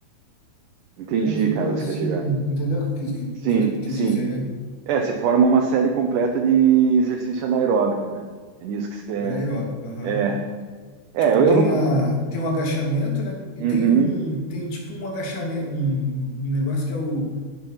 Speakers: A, on the right (about 70°); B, on the left (about 90°).
A: entendi,
B: vamos supor
A: cara, onde
B: assim,
A: você quer chegar.
B: entendeu o que que-
A: Sim,
B: que- que quis
A: sim.
B: dizer, né?
A: É, se forma uma série completa de exercício anaeróbico, né? É nisso que você quer.
B: Anaeróbico, aham.
A: É, é,
B: Tipo,
A: eu,
B: tem,
A: eu vou.
B: a, tem um agachamento, né? E
A: Uhum.
B: tem um, tem tipo um agachamento, um, um negócio que é o,